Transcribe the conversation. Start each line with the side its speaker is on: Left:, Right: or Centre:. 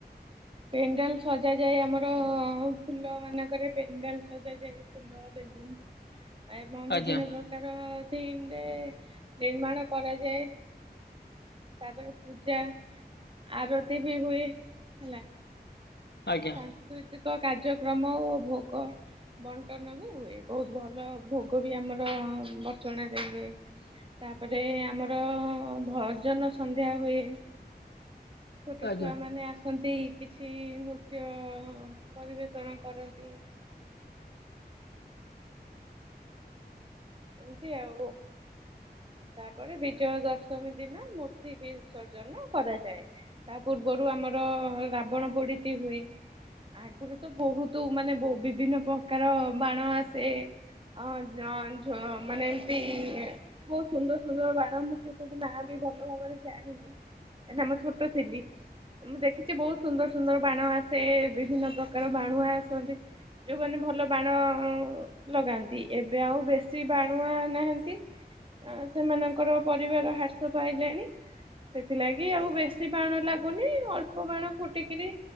Right: ପେଣ୍ଡାଲ ସଜାଯାଏ ଆମର ଫୁଲ ମାନଙ୍କରେ ପେଣ୍ଡାଲ ସଜାଯାଏ ଫୁଲ ବେଳୁନ ଏବଂ
Left: ଆଜ୍ଞା
Right: ବିଭିନ୍ନ ପ୍ର କାର ଥିମ ରେ ନିର୍ମାଣ କରାଯାଏ। ତାପରେ ପୂଜା ଆରତି ବି ହୁଏ ହେଲା।
Left: ଆଜ୍ଞା।
Right: ସାଂସ୍କୃତିକ କାର୍ଯ୍ୟକ୍ରମ ଓ ଭୋଗ ବଣ୍ଟନ ବି ହୁଏ ବୋହୁତ ଭଲ ଭୋଗ ବି ଆମର ବଡଚଣାରେ ହୁଏ। ତାପରେ ଆମର ଭଜନ ସନ୍ଧ୍ୟା ହୁଏ। ଛୋଟ
Left: ଆଜ୍ଞା।
Right: ଛୁଆ ମାନେ ଆସନ୍ତି କିଛି ନୃ ନୃତ୍ୟ ପରିବେଷଣ କରନ୍ତି। ଏମତି ଆଉ ତାପରେ ବି। ବିଜୟ ଦଶମୀ ଦିନ ମୂର୍ତ୍ତି ବିସର୍ଜନ କରାଯାଏ। ତା ପୂର୍ବରୁ ଆମର ରାବଣ ପୋଡି ହୁଏ। ଆଗରୁ ତ ବହୁତ ମାନେ ବିଭିନ୍ନ ପ୍ରକାର ବାଣ ଆସେ। ହ ଜ ମାନେ ଏମିତି। ବହୁତ ସୁନ୍ଦର ସୁନ୍ଦର ବାଣ ମୁଁ ସେ ସବୁ ନାଁ ବି ଭଲ ଭାବରେ ଜାଣିନି। ଆମ ଛୋଟ ଥିଲି। ମୁଁ ଦେଖିଛି ବହୁତ ସୁନ୍ଦର ସୁନ୍ଦର ବାଣ ଆସେ ବିଭିନ୍ନ ପ୍ରକାର ବାଣୁଆ ଆସନ୍ତି। ଯୋଉମାନେ ଭଲ ବାଣ ଲଗାନ୍ତି ଏବେ ଆଉ ବସ୍ତ। ସେ ବାଣୁଆ ନାହାନ୍ତି ସେମାନଙ୍କର ପରିବାର ହ୍ରାସ ପାଇଲେଣି। ସେଥିଲାଗି ଆଉ ବେଶୀ ବାଣ ଲାଗୁନି ଅଳ୍ପ ବାଣ ଫୁଟିକିରି।